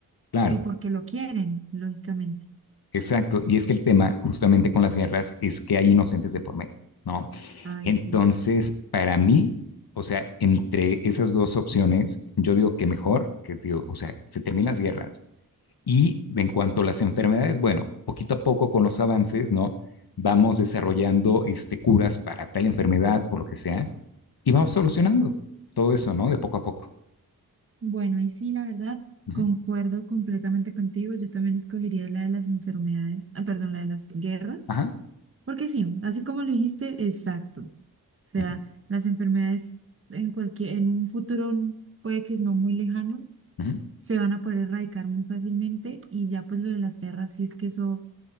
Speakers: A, on the left; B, on the right.
A: claro,
B: y porque lo quieren, lógicamente.
A: exacto. Y es que el tema justamente con las guerras es que hay inocentes de por medio, ¿no?
B: Ay,
A: Entonces,
B: sí.
A: para mí, o sea, entre esas dos opciones, yo digo que mejor que, digo, o sea, se terminan las guerras, Y en cuanto a las enfermedades, bueno, poquito a poco con los avances, ¿no? Vamos desarrollando este, curas para tal enfermedad o lo que sea y vamos solucionando todo eso, ¿no? De poco a poco.
B: Bueno, y sí, la verdad,
A: Ujú,
B: concuerdo completamente contigo. Yo también escogería la de las enfermedades, ah, perdón, la de las guerras.
A: Ajá.
B: Porque sí, así como lo dijiste, exacto. O sea,
A: ujú,
B: las enfermedades en cualquier, en un futuro puede que no muy lejano,
A: ujú.
B: se van a poder erradicar muy fácilmente y ya pues lo de las guerras, sí es que eso,